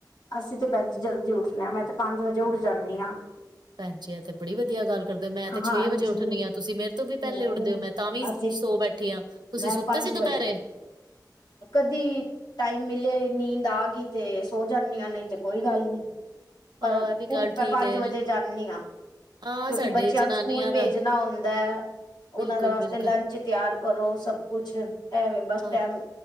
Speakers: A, on the left; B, on the right.
A: ਅਸੀਂ ਤੇ ਭੈਣ ਜੀ ਜਲਦੀ ਉੱਠਨੇ ਹਾਂ। ਮੈਂ ਤੇ ਪੰਜ ਵਜੇ ਉੱਠ ਜਾਂਨੀ ਹਾਂ।
B: ਭੈਣਜੀ ਆ ਤੇ ਬੜੀ ਵਧੀਆ ਗੱਲ ਕਰਦੇ ਹੋ ਮੈਂ ਤੇ
A: ਹਾਂਜੀ,
B: ਛੇ ਵਜੇ ਉੱਠਣੀ ਆ ਤੁਸੀਂ ਮੇਰੇ ਤੋਂ ਵੀ ਪਹਿਲੇ
A: ਨਹੀਂ
B: ਉੱਠਦੇ ਹੋ ਮੈਂ ਤਾਂ ਵੀ
A: ਅਸੀਂ
B: ਸੌ ਬੈਠੀ ਹਾਂ। ਤੁਸੀਂ
A: ਮੈਂ
B: ਸੁੱਤੇ
A: ਪੰਜ
B: ਸੀ
A: ਵਜੇ,
B: ਦੁਪਹਿਰੇ
A: ਕਦੀ ਟਾਈਮ ਮਿਲੇ ਨੀਂਦ ਆ ਗਈ ਤੇ ਸੋ ਜਾਂਦੀਆਂ ਨਹੀਂ ਤੇ ਕੋਈ ਗੱਲ ਨੀ ਪਰ
B: ਆ ਇਹ ਵੀ ਗੱਲ
A: ਉਠ ਮੈਂ
B: ਠੀਕ
A: ਪੰਜ
B: ਹੈ
A: ਵਜੇ ਜਾਂਦੀ ਹਾਂ।
B: ਆ
A: ਕਿਉਂਕਿ
B: ਸਾਡੇ
A: ਬੱਚਿਆਂ
B: ਜਨਾਨੀਆਂ
A: ਨੂੰ ਸਕੂਲ ਭੇਜਣਾ
B: ਦਾ
A: ਹੁੰਦਾ ਹੈ। ਉਹਨਾਂ
B: ਬਿਲਕੁਲ
A: ਦੇ ਵਾਸਤੇ
B: ਬਿਲਕੁਲ
A: ਲੰਚ ਤਿਆਰ ਕਰੋ ਸਭ ਕੁਛ ਐ ਵੇ ਬਸ
B: ਹਾਂ
A: ਟਾਈਮ